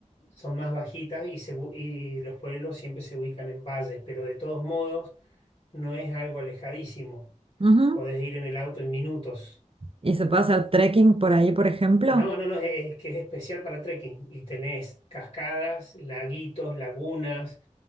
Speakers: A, on the left; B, on the right.
A: Son más bajitas y, se bu- y los pueblos siempre se ubican en valles, pero de todos modos no es algo alejadísimo.
B: Ujú.
A: Podés ir en el auto en minutos.
B: ¿Y se puede hacer trekking por ahí, por ejemplo?
A: No, no, no, es, que es especial para trekking y tenés cascadas, laguitos, lagunas,